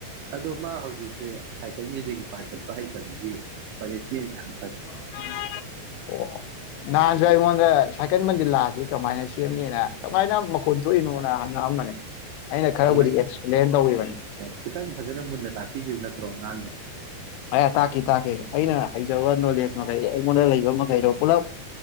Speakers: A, on the right; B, on the left.
A: ꯑꯗꯣ ꯃꯥ ꯍꯧꯖꯤꯛꯁꯦ ꯁꯏꯀꯜꯒꯤ ꯔꯤꯡ ꯄꯥꯏꯈꯠꯄ ꯍꯩꯇꯕꯒꯤ ꯄꯥꯅꯤꯁꯃꯦꯟ ꯌꯥꯝꯌꯥꯝ
B: <inaudible> ꯁꯥꯏꯀꯜ ꯃꯟꯗꯤꯜꯂꯥꯁꯤ ꯀꯃꯥꯏꯅ ꯁꯦꯝꯅꯤꯅ ꯀꯃꯥꯏꯅ ꯃꯈꯣꯟ ꯊꯣꯛꯏꯅꯣꯅ ꯍꯡ ꯉꯛꯑꯝꯕꯅꯦ ꯑꯩꯅ ꯈꯔꯕꯨꯗꯤ
A: ꯅꯪ
B: ꯑꯦꯛꯁꯄ꯭ꯂꯦꯟ ꯇꯧꯈꯤꯕꯅꯤ
A: ꯈꯤꯇꯪ ꯐꯖꯅ <inaudible>
B: ꯑꯩꯅ ꯇꯥꯛꯈꯤ ꯇꯥꯛꯈꯤ ꯑꯩꯅ ꯍꯩꯖꯕ ꯅꯣꯂꯦꯖ ꯃꯈꯩ ꯑꯩꯉꯣꯟꯗ ꯂꯩꯕ ꯃꯈꯩꯗꯣ ꯄꯨꯂꯞ